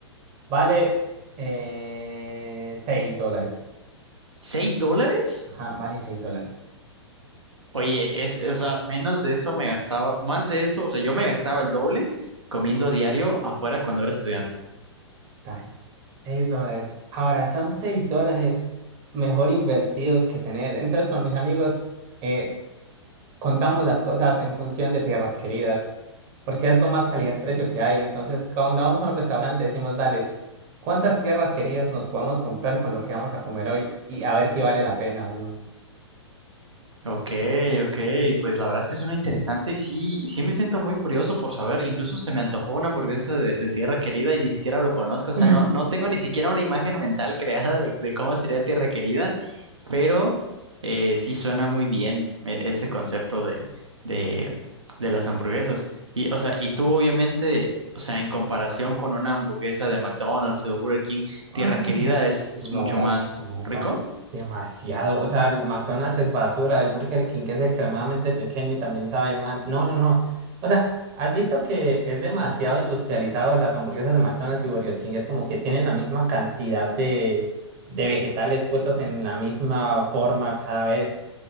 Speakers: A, on the right; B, on the right.
A: Vale eh, 6 dólares.
B: Seis dólares?
A: Ajá, vale 6 dólares.
B: Oye, es, o sea, menos de eso me gastaba, más de eso, o sea, yo me gastaba el doble comiendo a diario afuera cuando era estudiante.
A: Dale. 6 dólares. Ahora, son seis dólares mejor invertidos que tener. Entonces, con mis amigos, eh, contamos las cosas en función de tierras queridas, porque es lo más calidad-precio que hay. Entonces, cuando vamos a un restaurante, decimos, dale, ¿cuántas tierras queridas nos podemos comprar con lo que vamos a comer hoy? Y a ver si vale la pena o no.
B: Ok, ok, pues la verdad es que suena interesante y sí, sí me siento muy curioso por saber, incluso se me antojó una hamburguesa de, de Tierra Querida y ni siquiera lo conozco, o sea,
A: <laughs>
B: no, no tengo ni siquiera una imagen mental creada de, de cómo sería Tierra Querida, pero eh, sí suena muy bien eh, ese concepto de, de, de las hamburguesas. Y, o sea, y tú obviamente, o sea, en comparación con una hamburguesa de McDonald's o de Burger King,
A: Ah,
B: Tierra Querida es, es
A: no,
B: mucho más
A: no,
B: rico.
A: parce, demasiado. O sea, el McDonald's es basura, el Burger King que es extremadamente pequeño y también sabe mal. No, no, no. O sea, ¿has visto que es demasiado industrializado las hamburguesas de McDonald's y Burger King? Es como que tienen la misma cantidad de, de vegetales puestos en la misma forma cada vez.